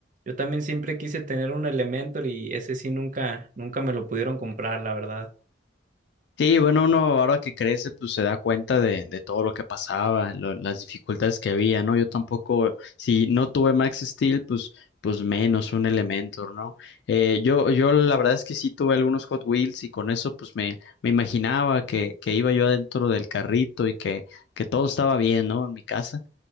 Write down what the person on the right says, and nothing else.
yo también siempre quise tener un Elementor y ese sí nunca, nunca me lo pudieron comprar, la verdad.